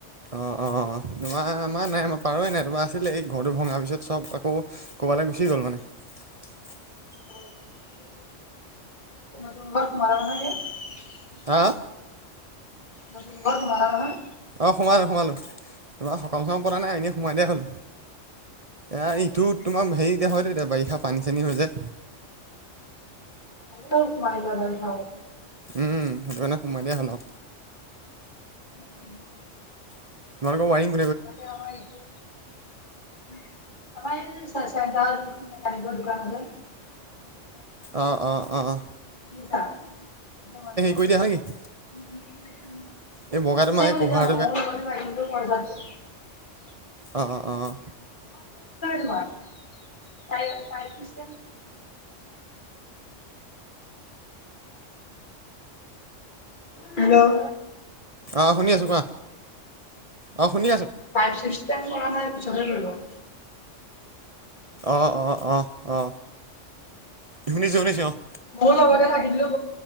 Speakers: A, on the right (about 35°); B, on the left (about 40°).
A: অঁ অঁ অঁ। আ আমাৰ নাই পাৰেই নাই তমাৰ আছিলে এই ঘৰটো ভঙা পিছত চব আকৌ ক'ৰবালৈ গুচি গ'ল মানে <unintelligible>
B: এ ত বৰষ মাৰ ন হৈছে।
A: হাঁ
B: ম ঘৰ তোমালাৰ ন
A: অঁ সোমালো সোমালো তোমাৰ সকাম চকাম পৰা নাই এনেই সোমাই দিয়া হ'ল- এ
B: অ
A: ইটো তোমাৰ হেৰি এতিয়া হয়ত এতিয়া বাৰিষা পানী চানী হৈ যায়।
B: চ মাইদা ল ভ
A: উম সেইটো কাৰণে সোমাই দিয়া হ'ল-
B: উম উ
A: তোমাৰলোকৰ ৱৰং
B: তাকে আমাৰটো আমাৰ এই মেকানিকৰ দোকানলৈ-
A: অঁ অঁ অঁ
B: নি মানুহৈছ ইচছা
A: কৰি দিয়া হয় নেকি
B: কৰি যাওঁ মোৰ
A: এই বগা তোমাৰ এই কভাৰ
B: লগতে লাগি কা
A: আঁহ অঁ
B: পশিষ্ট হেল্ল'
A: আহ শুনি আছো কোৱা? অ শুনি আছো
B: ফাইভ চিক্ন কৰা নাই পিছতে ৰব-
A: অ অ অ অ শুনিছো শুনিছো অ আহ-
B: মোৰ লগতে লাগিলো